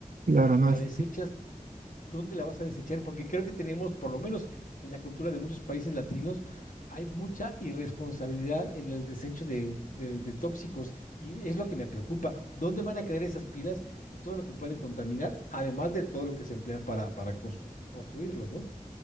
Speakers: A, on the right; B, on the left.
A: Y ahora
B: cuando
A: no
B: la
A: es.
B: desechas dónde la vas a desechar, porque creo que tenemos, por lo menos en la cultura de muchos países latinos, hay mucha irresponsabilidad en el desecho de, de, de tóxicos y es lo que me preocupa. ¿Dónde van a quedar esas pilas y todo lo que pueden contaminar, además de todo lo que se emplea para, para constru- construirlos, ¿no?